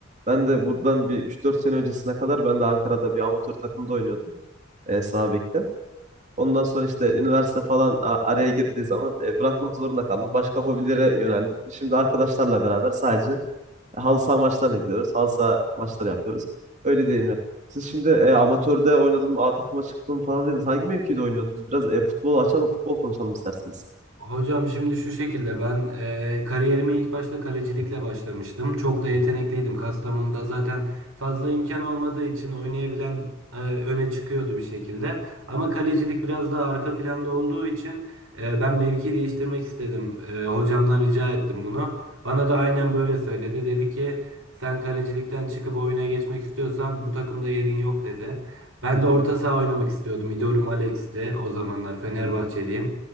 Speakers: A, on the right; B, on the right.
A: Ben de buradan bir üç dört sene öncesine kadar ben de Ankara'da bir amatör takımda oynuyordum e, sağ bekte. Ondan sonra işte üniversite falan a- araya girdiği zaman e, bırakmak zorunda kaldım. Başka hobilere yöneldik. Şimdi arkadaşlarla beraber sadece halı saha maçlarına gidiyoruz. Halı saha maçları yapıyoruz. Öyle değil mi? Siz şimdi e, amatörde oynadım, A takıma çıktım falan dediniz. Hangi mevkide oynuyordunuz? Biraz e, futbol açalım, futbol konuşalım isterseniz.
B: Hocam şimdi şu şekilde ben e, kariyerime ilk başta kalecilikle başlamıştım. Çok da yetenekliydim. Kastamonu'da zaten fazla imkan olmadığı için oynayabilen e, öne çıkıyordu bir şekilde. Ama kalecilik biraz daha arka planda olduğu için e, ben mevki değiştirmek istedim. E, hocamdan rica ettim bunu. Bana da aynen böyle söyledi. Dedi ki sen kalecilikten çıkıp oyuna geçmek istiyorsan bu takımda yerin yok dedi. Ben
A: Hı
B: de orta
A: hı.
B: saha oynamak istiyordum. İdolüm Alex'ti o zamanlar Fenerbahçeliyim.
A: Hı hı.